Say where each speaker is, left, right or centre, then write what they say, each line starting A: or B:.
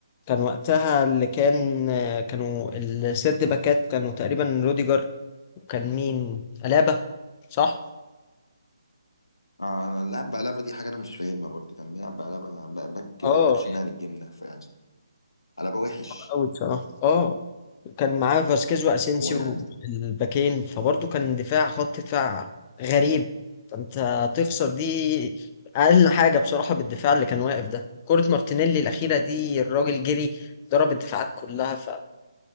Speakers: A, on the left; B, on the left.
A: كان وقتها اللي كان كانوا السيرد باكات كانوا تقريبا روديجر وكان مين ألابا صح؟
B: آه، أنا اللعب بقلبة دي حاجة أنا مش فاهمها برضه كان بيلعب بقلبة ب- باك
A: اه
B: باك شمال
A: يعني
B: الجبنة فيعني قلبة وحش
A: قوي بصراحة اه كان معاه فاسكيز واسينسيو
B: ويعني
A: الباكين فبرضه كان دفاع خط دفاع غريب فانت تخسر دي اقل حاجه بصراحه بالدفاع اللي كان واقف ده كره مارتينيلي الاخيره دي الراجل جري ضرب الدفاعات كلها فلا